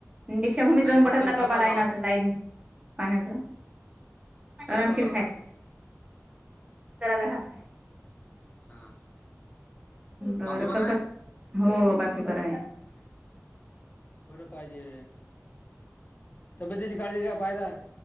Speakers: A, on the right; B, on the left.
A: दीक्षाभूमीत
B: नाही
A: जाऊन बठण
B: तिथे
A: दाबाबा
B: स्वतः
A: लायनाचं
B: जावं लागते
A: लाईन पाण्याचं.
B: स्वतः
A: आरामशीर
B: जा
A: खाय
B: रात्री.
A: जरा जरा घास खाय.
B: हां
A: बरं
B: बाकी बरंय?
A: कसं हो बाकी बरंय.
B: तीच काय ना बरं पाहिजे. तब्बेतीची काळजी घ्या पाहिजा.